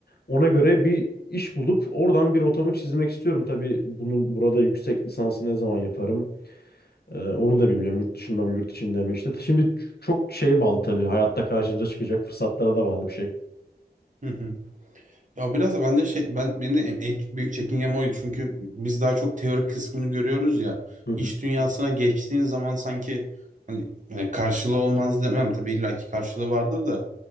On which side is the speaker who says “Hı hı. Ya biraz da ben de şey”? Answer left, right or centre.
Right